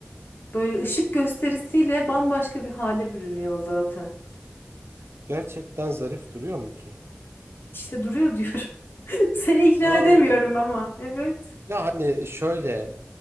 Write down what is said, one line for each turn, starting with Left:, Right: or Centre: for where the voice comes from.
Left: Böyle ışık gösterisiyle bambaşka bir hale bürünüyor zaten.
Right: Gerçekten zarif duruyor mu ki?
Left: İşte duruyor diyorum. <laughs> Seni ikna
Right: Allah.
Left: edemiyorum ama. Evet.
Right: Ya hani şöyle